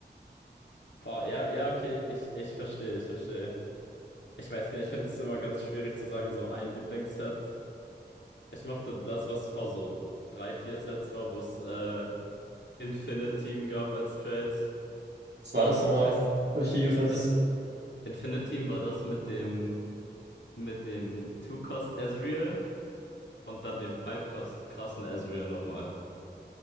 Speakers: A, on the left; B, on the right.
A: boah, ja, ja, okay, ich, ich verstehe, ich verstehe. Ich weiß nicht, ich finde es immer ganz schwierig zu sagen, so ein Lieblingsset. Ich mochte das, was vor so drei, vier Sets war, wo es äh, Infinite Team gab als Trade.
B: Was war das nochmal?
A: Ich weiß,
B: Welche
A: ich,
B: Units?
A: das, Infinite Team war das mit dem mit dem Two-Cost Ezreal und dann dem Five-Cost krassen Ezreal nochmal.